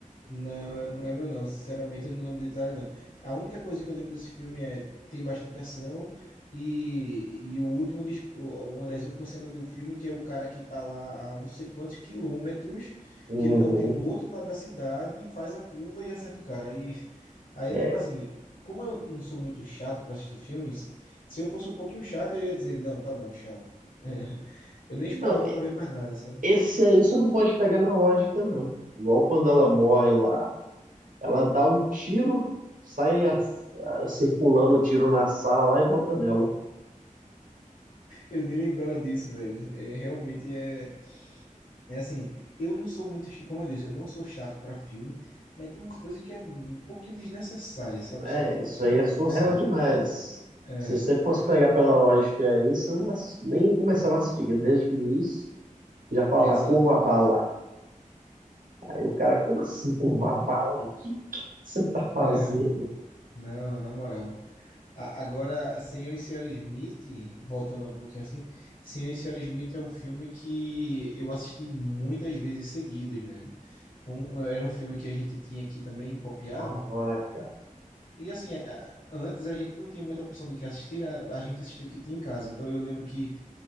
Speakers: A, on the left (about 85°); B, on the right (about 75°).
A: Não, eu não lembro não. Sinceramente, eu não lembro de detalhe não. A única coisa que eu lembro desse filme é tem bastante ação e, e o último dis- o- uma das últimas cenas do filme que é o cara que tá lá a não sei quantos quilômetros
B: Uhum.
A: que ele dá um tiro do outro lado da cidade, e faz a curva e acerta o cara. Aí aí
B: É.
A: é tipo assim, como eu não sou muito chato para assistir filmes, se eu fosse um pouquinho chato eu ia dizer, não, tá bom, tchau. <laughs> eu nem
B: Não,
A: esperava para ver mais nada, sabe?
B: esse aí você não pode pegar na lógica, não, cara. Igual quando ela morre lá. Ela dá um tiro, sai a- a- circulando o tiro na sala lá e volta nela.
A: Eu nem lembrava disso, velho. É, realmente é É assim, eu não sou muito, chi- como eu disse, eu não sou chato pra filme, mas tem umas coisas que é um pouquinho desnecessária, sabe
B: É,
A: só? Um pouquinho
B: isso aí é surreal
A: forçada.
B: demais.
A: É,
B: Se você fosse pegar pela lógica aí, você não, ass- nem começava a assistir, porque desde o início já fala
A: exatamente.
B: lá, curva a bala. Aí o cara, como assim curva a bala? O que, que você tá fazendo?
A: É, não, na moral. A- agora, Senhor e Senhora Smith, voltando um pouquinho assim, Senhor e Senhora Smith é um filme que eu assisti muitas vezes seguidas, velho. Foi um- era um filme que a gente tinha aqui também copiado.
B: Da hora, cara.
A: E assim, a- a- antes a gente não tinha muita opção do que assistir, né? A gente assistiu o que tinha em casa. Então eu lembro que